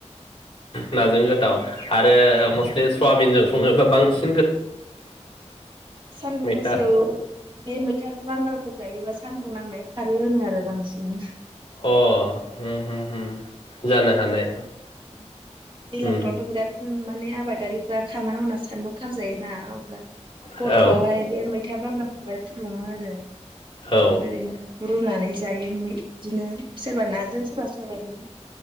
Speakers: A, on the left; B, on the right.
A: नाजों गोथाव आरो मस्लि सवाबिनजों सङोबा बांसि
B: <inaudible> सानदुं
A: मैथा
B: गोसेायाव बे मैथा बांगालखौ जायोबा सानदुं नांनाय खारो होनो आरो बांसिन
A: अ जानो हो हो होयो जानो हानाय
B: <inaudible> दैलांफ्रावथ
A: उम
B: बिराद जों माने आबादारिफ्रा खामानि मावना सान्दुं खालामामजायोना अब्ला
A: औ
B: हरफ्रावहाय बे मैथा बांगालखौहाय फुदुंङो आरो
A: औ
B: ओरैनो रुनानै जायो बिदिनो सोरबा नाजों सोरबा सयाबिन